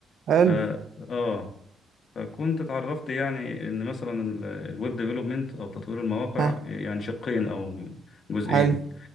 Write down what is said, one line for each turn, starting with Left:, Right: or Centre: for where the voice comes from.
Right: حلو
Left: ف آه فكنت اتعرفت يعني إن مثلا ال- الويب ديفلوبمنت أو تطوير المواقع
Right: ها
Left: يعني شقين أو جزئين
Right: حلو